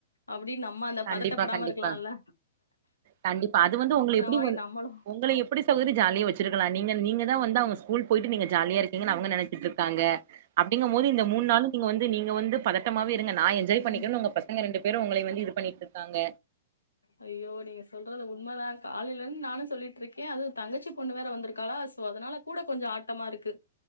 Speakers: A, on the left; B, on the right.
A: அப்டி நம்ம அந்த
B: கண்டிப்பா
A: பதட்டப்படாம
B: கண்டிப்பா
A: இர்க்கிலால
B: கண்டிப்பா அது வந்து உங்கள எப்டி
A: மாரி
B: வந்
A: நம்மளும்
B: உங்கள எப் ப்டி சகோதரி ஜாலிய வச்சுர்க்கலா நீங்க நீங்க தா வந்து அவுங்க ஸ்கூல் போயிட்டு நீங்க ஜாலியா இருக்கீங்க அவுங்க நெனச்சிட்ருக்காங்க அப்டிங்கபோது இந்த மூண் நாளு நீங்க வந் நீங்க வந்து பதட்டமாவே இருங்க நா என்ஜாய்
A: ம்
B: பண்ணிக்கனு உங்க பசங்க ரெண்டு பேரு உங்கள வந்து இது பண்ணிட்ருக்காங்க
A: ஐயோ நீங்க சொல்றது உண்மதா காலைலந்து நானு சொல்லிட்ருக்கே அது தங்கச்சி பொண்ணு வேற வந்திருக்காளா சோ அதனால கூட கொஞ்ச ஆட்டமா இருக்கு